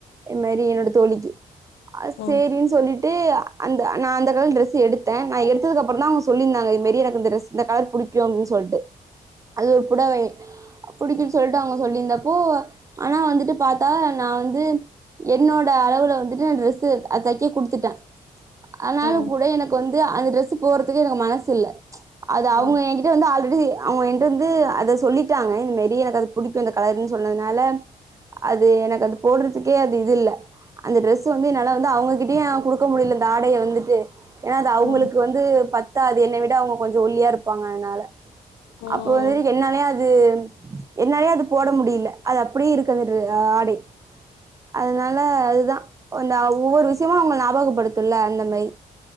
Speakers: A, on the right; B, on the left.
A: இது மாதிரி என்னோட
B: ம்
A: தோழிக்கி அ
B: ம்
A: சேரின் சொல்லி ட்டு அந்த நா அந்த கலர் ட்ரெஸு எடுத்த நா எடுத்ததுக்கு அப்றோ தா அவங்க சொல்லிருந்தாங்க இந் மேரி இந்த ட்ரெஸ் இந்த கலர் புடி இப்பயு அவுங்கனு சொல்ட்டு அது ஒரு புடவை அ புடிக்குன்னு சொல்லிட்டு அவங்க சொல்லியிருந்தப்போ ஆனா வந்துட்டு பாத்தா நா வந்து என்னோட அளவுல வந்துட்டு நா ட்ரெஸ்ஸு அது தைக்க குடுத்துட்ட அதனாலு
B: ம்
A: கூட எனக்கு வந்து அந்த ட்ரெஸ்ஸு போறதுக்கு எனக்கு மனசில்ல அது
B: ம்
A: அவங்க என்கிட்ட வந்து ஆல்ரெடி அவங்க என்ட வந்து அத சொல்லிட்டாங்க இது மாரி எனக்கு அது புடிக்கு அந்த கலர்ன்னு சொன்னதுனால அது எனக்கு அது போடுறதுக்கே அது இதுல்ல அந்த ட்ரெஸ் வந்து என்னால வந்து அவங்ககிட்டயு குடுக்க முடியல இந்த ஆடைய வந்துட்டு ஏனா அது அவங்களுக்கு
B: ம்
A: வந்து பத்தாது என்ன விட அவங்க கொஞ்சோ ஒல்லியா இருப்பாங்க அதனால
B: ம்
A: அப்ப வந்துட்டு என்னாலைய அது என்னாலையு அது போட முடியல அது அப்டியே இருக்கு அந்த ஆடை அதனால அதுதா அந்த ஒவ்வொரு விஷயமு அவங்க ஞாபகப்படுத்துல அந்த மாரி